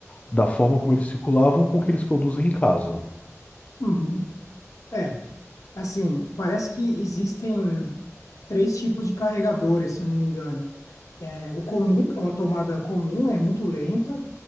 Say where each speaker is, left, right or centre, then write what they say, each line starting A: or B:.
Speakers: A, on the left; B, on the left.
A: da forma como eles circulavam com o que eles produzem em casa.
B: Uhum. É, assim, parece que existem três tipos de carregadores, se eu não me engano. É, o comum, que é uma tomada comum, é muito lenta.